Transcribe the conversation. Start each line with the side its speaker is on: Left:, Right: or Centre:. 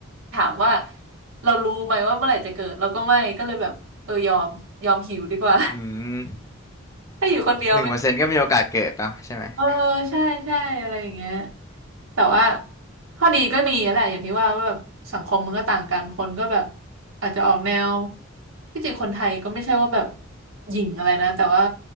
Right: ถามว่าเรารู้ไหมว่าเมื่อไหร่จะเกิดเราก็ไม่ก็เลยแบบเออยอมยอมหิวดีกว่า
Left: อืม
Right: <laughs> ถ้าอยู่คนเดียวไม่
Left: หนึ่งเปอร์เซ็นต์ก็มีโอกาสเกิดเนาะใช่ไหม
Right: เออใช่ใช่อะไรอย่างเงี้ยแต่ว่าข้อดีก็มีแหละอย่างที่ว่าว่าแบบสังคมมันก็ต่างกันคนก็แบบอาจจะออกแนวที่จริงคนไทยก็ไม่ใช่ว่าแบบหยิ่งอะไรนะแต่ว่า